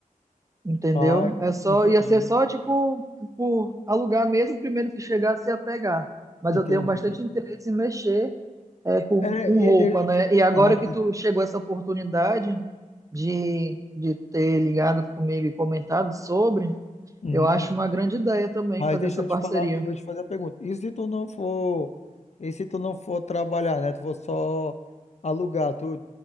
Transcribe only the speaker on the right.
entendeu?
É só,
ia ser só, tipo, por alugar mesmo, o primeiro que chegasse ia pegar. Mas
eu tenho bastante interesse em mexer é, com,
com roupa,
né? E agora
que tu chegou essa oportunidade de, de ter ligado comigo e comentado sobre,
eu acho uma grande ideia também
fazer
essa
parceria.